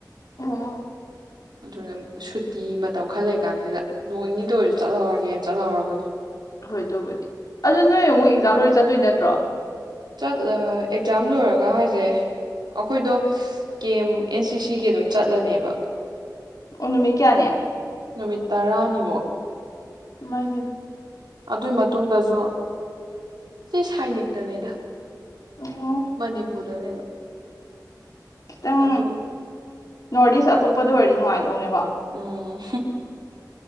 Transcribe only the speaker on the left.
ꯑꯣ ꯑꯣ
ꯍꯣꯏ ꯗꯨꯕꯨꯗꯤ ꯑꯗꯨ ꯅꯣꯏ ꯑꯃꯨꯛ ꯑꯦꯛꯖꯥꯝ ꯂꯣꯏꯔ ꯆꯠꯇꯣꯏ ꯅꯠꯇ꯭ꯔꯣ
ꯑꯣ ꯅꯨꯃꯤꯠ ꯀꯌꯥꯅꯤ
ꯃꯥꯒꯤ
ꯑꯣ
ꯈꯤꯇꯪ
ꯅꯣꯔꯠ ꯏꯁ ꯑꯇꯣꯞꯄꯗ ꯑꯣꯏꯗꯤ ꯅꯨꯡꯉꯥꯏꯗꯧꯅꯦꯕ